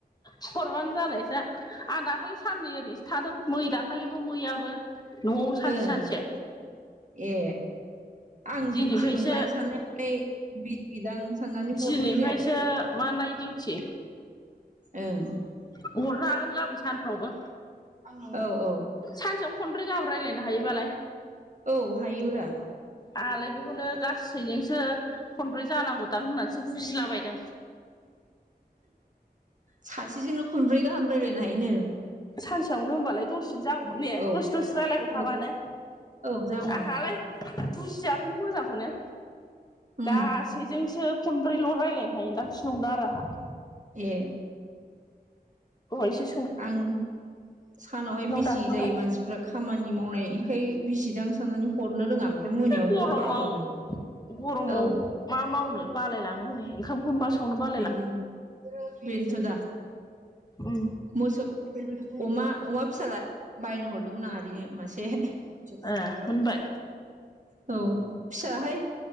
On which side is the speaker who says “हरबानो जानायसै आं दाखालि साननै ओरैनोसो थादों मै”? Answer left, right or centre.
Left